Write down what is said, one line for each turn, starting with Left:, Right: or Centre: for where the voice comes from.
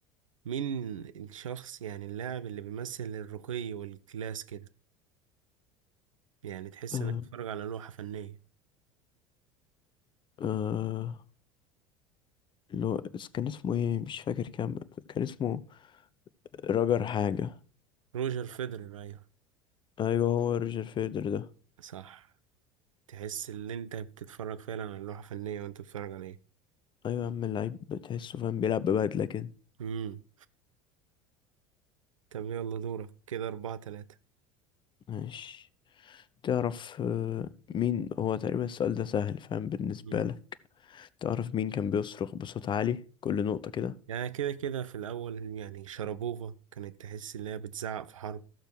Right: مين الشخص يعني اللاعب اللي بيمثل الرقي والكلاس كده يعني تحس
Left: آه
Right: انك بتتفرج على لوحة فنية
Left: آه اللي هو اس- كان اسمه ايه مش فاكر كام كان اسمه راجر حاجة
Right: روجر فيدرر ايوه
Left: ايوه هو روجر فيدر ده
Right: صح تحس ان انت بتتفرج فعلا على لوحة فنية وانت بتتفرج عليها
Left: ايوه يا عم اللعيب بتحسه فاهم بيلعب ببدلة كده
Right: امم طب يلا دورك كده أربعة ثلاثة
Left: ماشي تعرف آه، مين هو تقريبا السؤال ده سهل فاهم بالنسبة
Right: مم.
Left: لك تعرف مين كان بيصرخ بصوت عالي كل نقطة كده
Right: يعني كده كده في الأول يعني شربوفا كانت تحس إن هي بتزعق في حرب